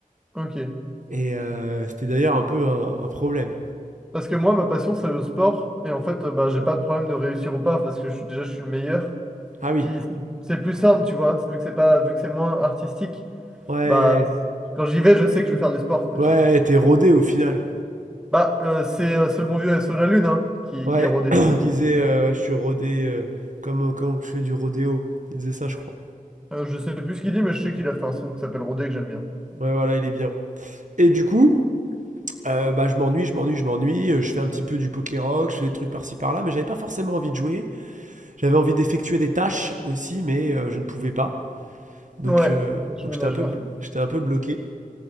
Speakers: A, in the centre; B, on the right.
A: Ok.
B: Et euh, c'était d'ailleurs un peu un, un problème.
A: Parce que moi, ma passion, c'est le sport. Et en fait, euh, bah, j'ai pas de problème de réussir ou pas, parce que je suis, déjà, je suis le meilleur.
B: Ah oui,
A: Puis c'est c'est plus simple, tu vois. Vu que c'est pas, vu que c'est moins artistique,
B: ouais. ouais, ouais.
A: bah quand j'y vais, je sais que je vais faire du sport, quoi,
B: Ouais,
A: tu vois.
B: t'es rodé au final.
A: Bah, euh, c'est euh, ce bon vieux SO La Lune, hein, qui,
B: Ouais,
A: qui est rodé
B: <clears throat> il
A: surtout.
B: disait euh, je suis rodé euh, comme quand je fais du rodéo. Il disait ça, je crois.
A: Euh, je sais plus ce qu'il dit, mais je sais qu'il a fait un son qui s'appelle Rodé que j'aime bien.
B: Ouais, voilà, il est bien. Et du coup, euh, bah, je m'ennuie, je m'ennuie, je m'ennuie. euh, Je fais un petit peu du poké rock, je fais des trucs par-ci par-là, mais j'avais pas forcément envie de jouer. J'avais envie d'effectuer des tâches aussi, mais euh, je ne pouvais pas. Donc,
A: Ouais,
B: euh,
A: tâche
B: donc
A: ménagère.
B: j'étais un peu, bl- j'étais un peu bloqué.